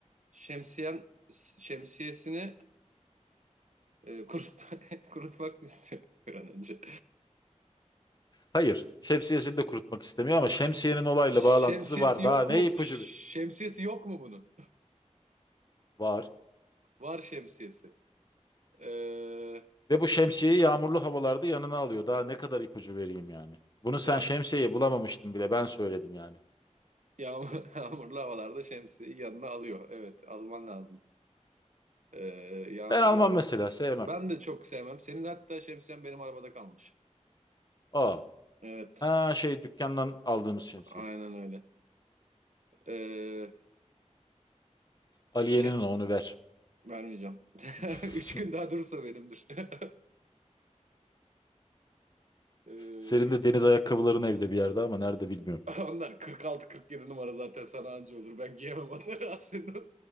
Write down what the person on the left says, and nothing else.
Hayır. Şemsiyesini de kurutmak istemiyor ama şemsiyenin olayla
bağlantısı var.
Daha ne
ipucu
bir...
Var.
Ve bu şemsiyeyi yağmurlu havalarda yanına alıyor. Daha ne kadar ipucu vereyim yani. Bunu sen
şemsiyeyi bulamamıştın bile. Ben söyledim yani.
Ben almam
mesela. Sevmem.
Aa.
Ha şey dükkandan aldığımız şemsiye.
Aliye'nin
o, onu ver.
<laughs>
Senin de deniz ayakkabıların evde bir yerde ama nerede bilmiyorum.